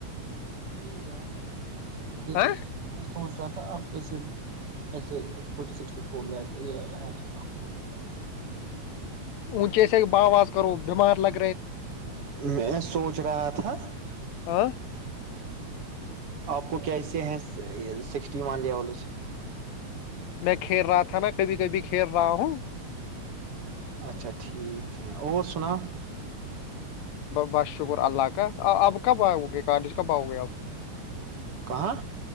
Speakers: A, on the right; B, on the left.
A: نہیں یار ہ <unintelligible>
B: ہاں
A: <inaudible> سوچ رہا تھا آپ کیسے ایسے فورٹی سکسٹی فور لاک ہے آپ کو لے میں سے
B: اونچیس با آواز کرو ب بیمار لگے
A: میں سوچ رہا تھا
B: ہاں
A: آپ کو کیسے ہیں سکسٹی ون لیولز
B: میں کھیل رہا تھا نا کبھی کبھی کھیر رہا ہوں
A: اچھا ٹھیک ہے اور سنا
B: بس شکر اللہ کا اب کب آؤ گے کالج کب آؤ گے اب
A: کہاں